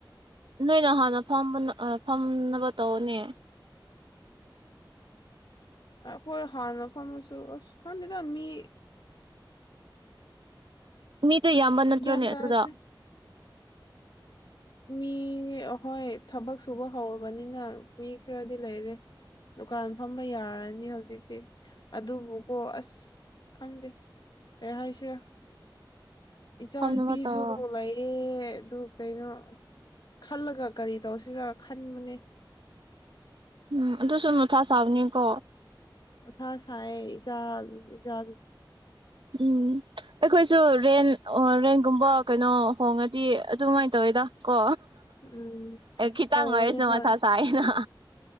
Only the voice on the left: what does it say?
ꯑ ꯀꯣꯏ ꯍꯥꯟꯅ ꯐꯝꯁꯨ ꯀꯥꯟꯗꯗ ꯃꯤ
ꯒ꯭ꯌꯥꯟ ꯇꯥꯗ꯭ꯔꯦ
ꯃꯤ ꯑꯍꯣꯏ ꯊꯕꯛ ꯁꯨꯕ ꯍꯧꯔꯕꯅꯤꯅ ꯃꯤ ꯈꯔꯗꯤ ꯂꯩꯔꯦ ꯗꯨꯀꯥꯟ ꯐꯝꯕ ꯌꯥꯔꯅꯤ ꯍꯧꯖꯤꯛꯇꯤ ꯑꯗꯨꯕꯨꯀꯣ ꯑꯁ ꯈꯪꯗꯦ ꯑꯦ ꯍꯥꯏ ꯍꯥꯏꯁꯤꯔ ꯏꯆꯥ
ꯅꯨꯨꯄꯤꯁꯨ
ꯂꯩꯌꯦꯦ ꯑꯗꯨ ꯀꯩꯅꯣ ꯈꯜꯂꯒ ꯀꯔꯤ ꯇꯧꯁꯤꯔꯥ ꯈꯟꯕꯅꯦ
ꯑꯊꯥ ꯁꯥꯏ ꯏꯖꯥ ꯏꯖ
ꯎꯝ
ꯇꯧꯕꯅꯦ
ꯍꯣꯏ